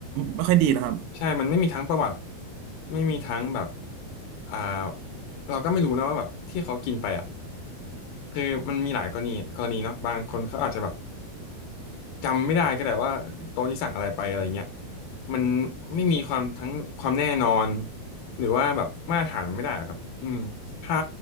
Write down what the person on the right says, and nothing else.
ไม่ค่อยดีเหรอครับ